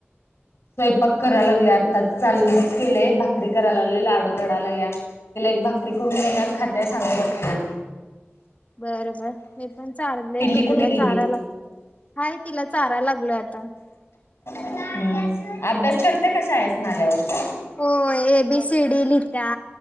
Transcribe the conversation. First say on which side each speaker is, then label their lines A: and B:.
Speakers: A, on the left; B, on the left.
A: स्वयंपाक कराय लागलोय. आत्ताच चालूच केलंय, भाकरी करायला लागलोय. लाडू रडायला लागलीया. तिला एक भाकरी करून देणार, खातीया शांत बसतीया.
B: बर बर मी पण चारलय.
A: पिल्ली
B: पिल्लूला
A: कुठे गेली
B: चारायला. हाय तिला चाराय लागलोय आता,
A: हम्म, अभ्यास करतीया काय? शाळेसन आल्यावर
B: होय, ए बी सी डी लिहितीया.